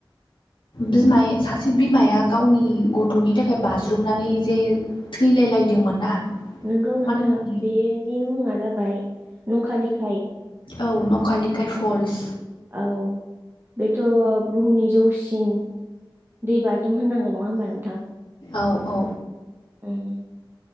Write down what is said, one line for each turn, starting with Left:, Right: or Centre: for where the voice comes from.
Left: बिमाय सासे बिमाया गावनि गथ'नि थाखाय बाज्रुमनानै जे थैलाय लायदोंमोन ना
Right: नोंगौ नोंथां
Left: मा होनोमोनलाय
Right: बेनि मुङा जाबाय नकालिखाय
Left: औ नकलिकाय फल्स
Right: औ बेथ बुहुमनि जौसिन ओम बेबायदिनो होननांगोन नङा ओमबा नोंथां
Left: औ औ
Right: ओम